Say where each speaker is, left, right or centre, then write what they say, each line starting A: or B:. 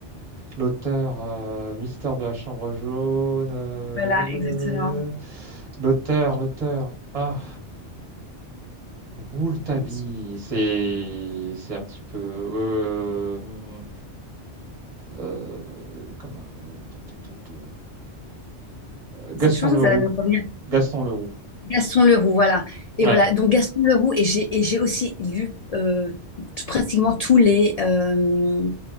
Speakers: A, on the right; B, on the left.
A: l'auteur euh, Mystère de la Chambre jaune, euh,
B: voilà,
A: da, da, da,
B: exactement.
A: da, da. l'auteur, l'auteur. Ah, Rouletabille,
B: C'est-
A: c'est c'est un petit peu euh, hum, euh, comment, euh, tu- tu- tu- tu- Gaston
B: Je pense
A: Leroux,
B: que ça va nous revenir.
A: Gaston Leroux.
B: Gaston Leroux, voilà. Et
A: Ouais,
B: voilà, donc Gaston Leroux, et j'ai et j'ai aussi lu euh, tout- pratiquement tous les... euh,